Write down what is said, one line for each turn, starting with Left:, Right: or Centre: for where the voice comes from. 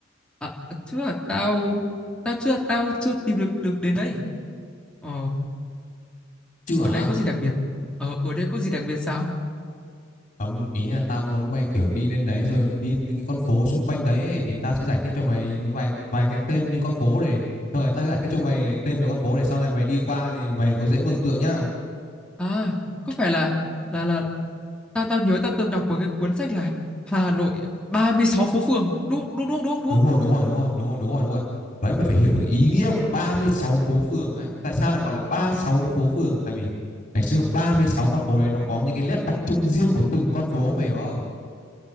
Centre: à, chưa tao tao chưa tao chưa tìm được được đến đấy ờ,
Left: chưa
Centre: ở
Left: hả
Centre: đây có gì đặc biệt ờ, ở đây có gì đặc biệt sao
Left: Không, ý là tao muốn mày kiểu đi lên đấy rồi đi những cái con phố xung quanh đấy ấy, thì tao sẽ giải thích cho mày những vài vài cái tên những con phố để rồi tao sẽ giải thích cho mày tên mấy con phố để sau này mày đi qua thì mày có dễ mường tượng nhá.
Centre: à có phải là là là tao tao nhớ tao từng đọc một cái cuốn sách là Hà Nội ba mươi sáu phố phường đúng đúng đúng đúng đúng không?
Left: Đúng rồi, đúng rồi, đúng rồi, đúng rồi, đúng rồi, đúng rồi. Đấy mày phải hiểu được ý nghĩa của 36 phố phường ấy. Tại sao lại gọi là 36 phố phường? Tại vì ngày xưa 36 con phố này nó có những cái nét đặc trưng riêng của từng con phố mày hiểu không?